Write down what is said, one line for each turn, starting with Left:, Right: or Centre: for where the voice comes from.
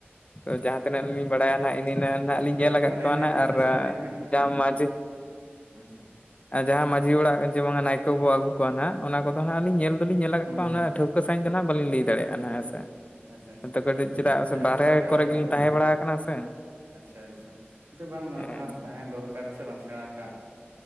Left: ᱛᱚ ᱡᱟᱦᱟᱸ ᱛᱤᱱᱟᱹᱜ ᱞᱤᱧ ᱵᱟᱲᱟᱭᱟ ᱱᱟᱦᱟᱜ ᱤᱱᱤ ᱤᱱᱟᱹᱜ
Right: ᱟᱪᱪᱷᱟ
Left: ᱜᱟᱱ ᱱᱟᱦᱟᱜ ᱞᱤᱧ
Right: ᱡᱟᱭᱦᱳᱠ
Left: ᱧᱮᱞ ᱟᱠᱟᱜ
Right: ᱟᱹᱞᱤᱧ
Left: ᱠᱚᱣᱟ
Right: ᱞᱤᱧ
Left: ᱱᱟᱦᱟᱜ
Right: ᱟᱞᱮ
Left: ᱟᱨ
Right: ᱥᱮᱱᱟᱜ ᱞᱤᱧ ᱦᱟᱸᱜ
Left: ᱡᱟᱦᱟᱸ
Right: ᱦᱮᱸ ᱦᱮᱸ
Left: ᱢᱟᱡᱷᱤ
Right: ᱟᱪᱪᱷᱟ
Left: ᱟᱨ ᱡᱟᱦᱟᱸ ᱢᱟᱡᱷᱤ ᱚᱲᱟᱜ ᱡᱮ ᱵᱟᱝᱟ ᱱᱟᱭᱠᱮ ᱵᱚ ᱟᱹᱜᱩ ᱠᱚᱣᱟ ᱱᱟᱦᱟᱜ ᱚᱱᱟ ᱠᱚᱫᱚ ᱱᱟᱦᱟᱜ ᱞᱤᱧ ᱧᱮᱞ ᱫᱚ ᱞᱤᱧ ᱧᱮᱞ ᱟᱠᱟᱜ
Right: ᱦᱩᱸ
Left: ᱠᱚᱣᱟ,
Right: ᱦᱩᱸ
Left: ᱚᱱᱟ ᱴᱷᱟᱹᱣ ᱠᱟᱹ ᱥᱟᱦᱤᱸᱡ ᱫᱚ ᱱᱟᱦᱟᱜ ᱵᱟᱹᱞᱤᱧ ᱞᱟᱹᱭ ᱫᱟᱲᱮᱭᱟᱜᱼᱟ ᱱᱟᱦᱟᱜ ᱦᱮᱸ ᱥᱮ᱾
Right: ᱟᱪᱪᱷᱟ ᱟᱪᱪᱷᱟ
Left: ᱚᱱᱛᱮ ᱠᱟᱴᱤᱡ ᱪᱮᱫᱟᱜ
Right: ᱡᱟᱭᱦᱳᱠ
Left: ᱥᱮ ᱵᱟᱦᱨᱮ
Right: ᱛᱟᱦᱚᱞᱮ
Left: ᱠᱚᱨᱮ
Right: ᱦᱮᱸ
Left: ᱜᱮᱞᱤᱧ ᱛᱟᱦᱮᱸ ᱵᱟᱲᱟ ᱟᱠᱟᱱᱟ ᱥᱮ᱾
Right: ᱟᱪᱪᱷᱟ ᱟᱪᱪᱷᱟ, ᱠᱤᱱᱛᱩ ᱵᱟᱝ ᱱᱚᱣᱟ
Left: ᱦᱮᱸ
Right: ᱠᱚ ᱦᱟᱸᱜ ᱛᱟᱦᱮᱸ ᱫᱚᱨᱠᱟᱨᱟ ᱥᱮ ᱵᱟᱝ ᱥᱮᱬᱟ ᱠᱟᱜ?